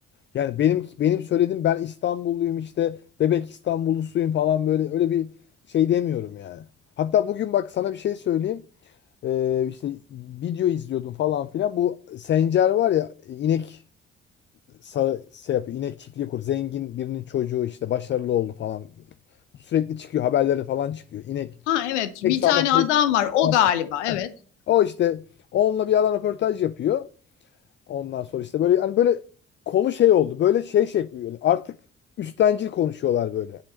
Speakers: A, on the left; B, on the left.
A: Yani benim benim söylediğim ben İstanbulluyum işte bebek İstanbullusuyum falan böyle öyle bir şey demiyorum yani. Hatta bugün bak sana bir şey söyleyeyim. Eee işte video izliyordum falan filan. Bu Sencer var ya inek sa şey yapıyor. inek çiftliği kur. Zengin birinin çocuğu işte başarılı oldu falan. Sürekli çıkıyor. Haberleri falan çıkıyor. İnek.
B: ha evet
A: İnek
B: bir
A: sağma
B: tane
A: tesisi
B: adam var
A: falan.
B: o galiba evet.
A: O işte onunla bir adam röportaj yapıyor. Ondan sonra işte böyle hani böyle konu şey oldu. Böyle şey şey yani artık üstencil konuşuyorlar böyle.